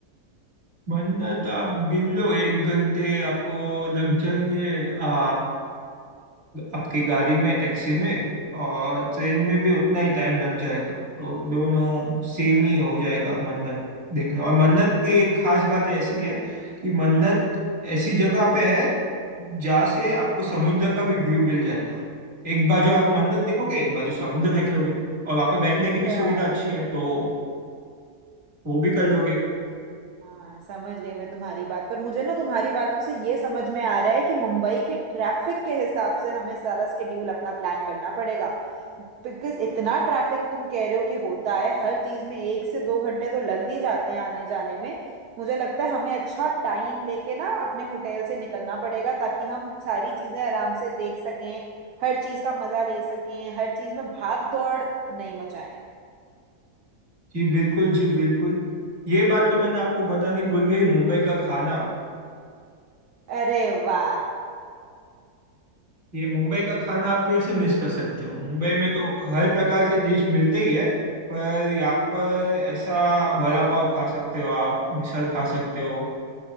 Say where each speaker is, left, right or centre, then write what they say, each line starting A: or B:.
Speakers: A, on the right; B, on the right.
A: मन्नत आप गिन लो एक घंटे आपको लग जाएंगे आ आपकी गाड़ी में टैक्सी में और ट्रेन में भी उतना ही टाइम लग जाएगा तो दोनों सेम ही हो जाएगा मन्नत देखने और मन्नत की एक खास बात ऐसी है कि मन्नत ऐसी जगह पे है जहाँ से आपको समुद्र का भी व्यू मिल जाएगा एक बाजू आप मन्नत देखोगे एक बाजू समुद्र देख लोगे और वहाँ पे बैठने की भी
B: है
A: सुविधा अच्छी है तो वो भी कर लोगे
B: हाँ समझ गई मैं तुम्हारी बात पर मुझे ना तुम्हारी बातों से ये समझ में आ रहा है कि मुंबई के ट्रैफिक के हिसाब से हमें सारा स्केड्यूल अपना प्लान करना पड़ेगा बिकॉज इतना ट्रैफिक तुम कह रहे हो कि होता है हर चीज में एक से दो घंटे तो लग ही जाते हैं आने जाने में मुझे लगता है हमें अच्छा टाइम लेके ना अपने होटल से निकलना पड़ेगा ताकि हम सारी चीजें आराम से देख सकें हर चीज का मजा ले सकें हर चीज में भाग दौड़ नहीं मचाएं
A: जी बिल्कुल जी बिल्कुल ये बात तो मैंने आपको बतानी भूल गई मुंबई का खाना
B: अरे वाह
A: ये मुंबई का खाना आप तो ऐसे मिस कर सकते हो मुंबई में तो हर प्रकार के डिश मिलते ही है पर यहाँ पर ऐसा वड़ा पाव खा सकते हो आप मिसल खा सकते हो